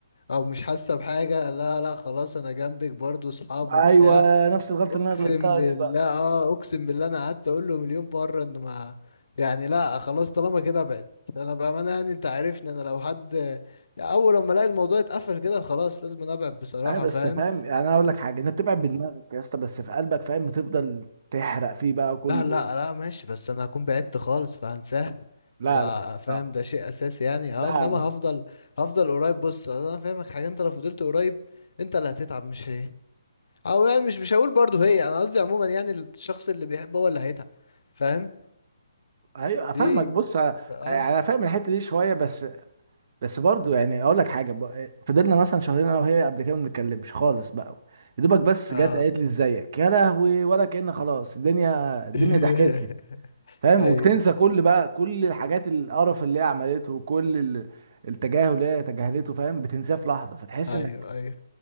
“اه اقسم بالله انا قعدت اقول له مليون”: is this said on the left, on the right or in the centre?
Left